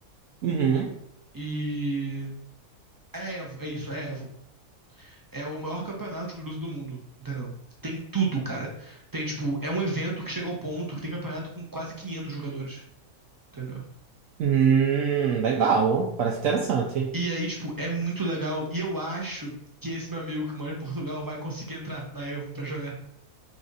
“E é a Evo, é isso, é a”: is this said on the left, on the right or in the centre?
Right